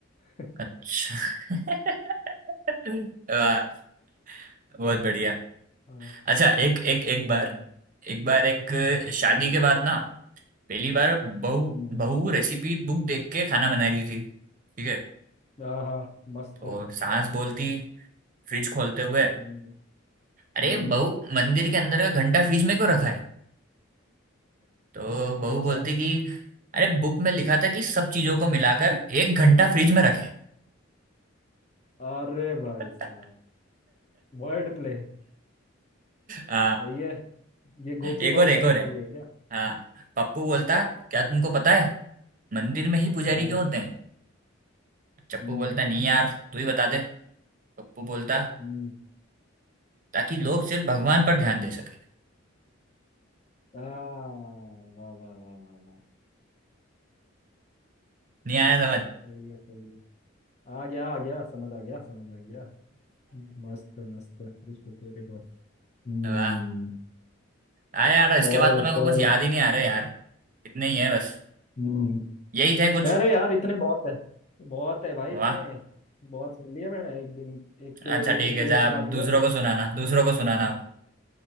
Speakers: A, on the left (about 35°); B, on the right (about 40°).
A: <laughs>
B: अच्छा <laughs> वाह बहुत बढ़िया
A: हाँ
B: अच्छा एक एक एक
A: हम्म
B: बार एक बार एक शादी
A: हम्म
B: के बाद ना पहली बार बहू
A: हम्म,
B: बहू रेसिपी बुक देख के खाना बना रही थी ठीक है
A: आहा मस्त
B: तो
A: है
B: सास बोलती फ्रिज खोलते हुए
A: हम्म
B: अरे
A: हम्म,
B: बहू मंदिर के अंदर का घंटा फ्रिज में क्यों रखा है तो बहू
A: अच्छा
B: बोलती कि अरे बुक में लिखा था कि सब चीजों को मिलाकर एक घंटा फ्रिज में रखें
A: अरे भाई
B: <laughs>
A: साहब Word play
B: हाँ
A: सही है ये गोपी
B: एक
A: बहू
B: और एक
A: टाइप
B: और है
A: वाली है क्या
B: हाँ पप्पू बोलता क्या तुमको पता है मंदिर में ही पुजारी
A: हाँ
B: क्यों होते हैं चप्पू
A: हम्म
B: बोलता नहीं यार तू ही बता दे पप्पू बोलता
A: हम्म
B: ताकि लोग सिर्फ भगवान पर ध्यान दे सके
A: आ वाह वाह वाह वाह वाह
B: नहीं आया समझ
A: सही है सही है आ गया आ गया समझ आ गया समझ आ गया हम्म, मस्त है, मस्त है। Rich होती है, देखो। हम्म
B: <laughs> वाह हाँ यार इसके
A: और
B: बाद तो
A: बताओ
B: मेरे को कुछ याद ही नहीं आ रहे यार इतने ही है बस
A: हम्म
B: यही थे कुछ
A: अरे यार इतने बहुत है बहुत है भाई
B: वाह
A: इतने बहुत सुन लिए मैंने एक दिन एक के लिए
B: अच्छा
A: एक
B: ठीक
A: दिन के
B: है
A: लिए
B: जा
A: इतना
B: अब
A: काफी
B: दूसरों
A: है पर
B: को सुनाना दूसरों को सुनाना अब।